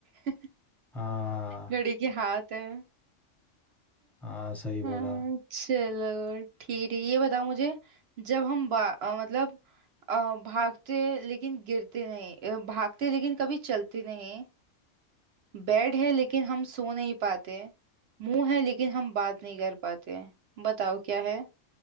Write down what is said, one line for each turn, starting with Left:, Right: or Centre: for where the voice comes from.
Right: <laughs>
Centre: हाँ
Right: घड़ी के हाथ है
Centre: हाँ सही बोला
Right: हाँ, चलो ठीक है ये बताओ मुझे जब हम बा अ, मतलब अ, भागते लेकिन गिरते नहीं अ, भागते लेकिन कभी चलते नहीं बेड है लेकिन हम सो नहीं पाते मुंह है लेकिन हम बात नहीं कर पाते बताओ क्या है